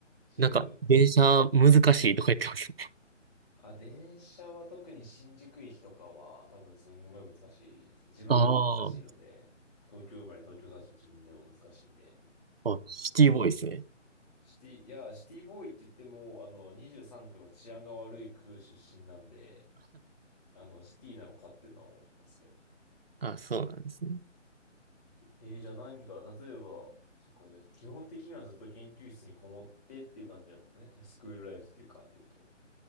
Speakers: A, on the left; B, on the right.
A: 知り合いとか。
B: なんか電車難しいとか言ってますね。
A: あ、電車は特に新宿駅とかは多分すんごい難しいですね。自分でも難しいので、
B: ああ、
A: 東京生まれ東京育ちの自分でも難しいんで。
B: あ、シティボーイですね。
A: シティ、いや、シティボーイって言っても、あの、23区の治安が悪い区出身なんで、あの、シティなのかっていうのは思ってますけどね。
B: あ、そうなんですね。
A: えー、じゃあ何か、例えば、そっか、じゃあ基本的にはずっと研究室にこもってっていう感じなんですかね。じゃあスクールライフっていうか、で言うと。